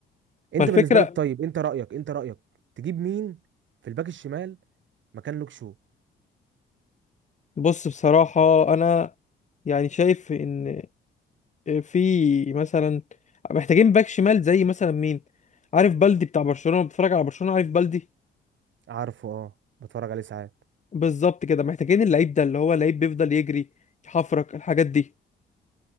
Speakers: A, on the right (about 70°); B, on the left (about 35°).
A: انت
B: ما الفكرة
A: بالنسبه لك طيب انت رايك انت رايك تجيب مين في الباك الشمال مكان لوك شو
B: بص بصراحة أنا يعني شايف إن في مثلا محتاجين باك شمال زي مثلا مين عارف بلدي بتاع برشلونة بتفرج على برشلونة عارف بلدي
A: عارفه اه بتفرج عليه ساعات
B: بالظبط كده محتاجين اللعيب ده اللي هو لعيب بيفضل يجري يحفرك الحاجات دي